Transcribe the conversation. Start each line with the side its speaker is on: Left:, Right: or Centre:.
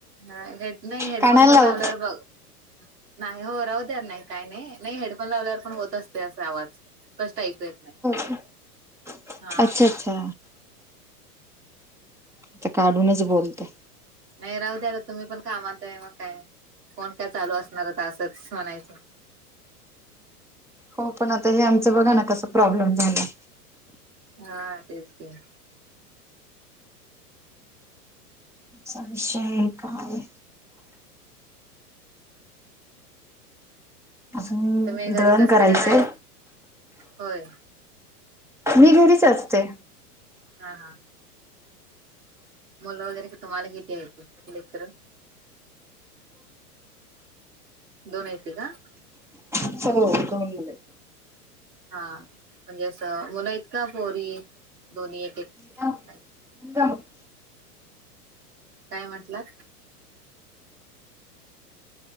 Right: हा हे नाही हेडफोन
Centre: कानाला
Right: पण
Centre: लाव
Right: लावल्यावर बघ नाही हो राहुद्या नाही काय नाही, नाही हेडफोन लावल्यावर पण होत असते असा आवाज. स्पष्ट ऐकू येत नाही.
Centre: अच्छा
Right: हा
Centre: अच्छा. आता काढूनच बोलते.
Right: नाही राहू द्या आता तुम्ही पण कामात आहे मग काय, फोन काय चालू असणार आता असंच म्हणायचं.
Centre: हो पण आता हे आमचं बघा ना कस प्रॉब्लेम झाला
Right: हा, तेच की
Centre: असा विषय आहे काय. अजून
Right: तुम्ही घरीच
Centre: दळण
Right: असता
Centre: करायचंय.
Right: का काय? होय.
Centre: मी घरीच असते.
Right: हा हा मुलं वगैरे क तुम्हाला किती आहेत, लेकरं? दोन आहेती का?
Centre: हो, दोन मुलं आहेत.
Right: हा, म्हणजे असं मुलं आहेत का, पोरी दोन्ही एक एक
Centre: <unintelligible>
Right: काय काय म्हंटलात?